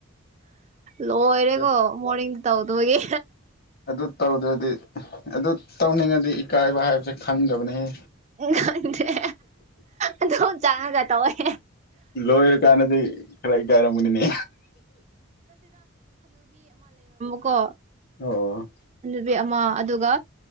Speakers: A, on the right (about 30°); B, on the left (about 45°).
A: ꯂꯣꯏꯔꯦꯀꯣ
B: ꯑꯗꯨ
A: ꯃꯣꯔꯤꯡ ꯇꯧꯕꯒꯤ
B: ꯑꯗꯨ ꯇꯧꯗ꯭ꯔꯗꯤ ꯑꯗꯨ ꯇꯧꯅꯤꯡꯉꯗꯤ ꯏꯀꯥꯏꯕ ꯍꯥꯏꯕꯁꯦ ꯈꯪꯗꯕꯅꯦꯍ
A: ꯈꯪꯗꯦ ꯑꯗꯨꯝ ꯆꯪꯉꯒꯥ ꯇꯧꯏ
B: ꯂꯣꯏꯔꯀꯥꯟꯗꯗꯤ ꯈꯔ ꯏꯀꯥꯏꯔꯝꯒꯅꯤ ꯃꯤ
A: ꯀꯣ
B: ꯑꯣ
A: ꯅꯨꯕꯤ ꯑꯃ ꯑꯗꯨꯒ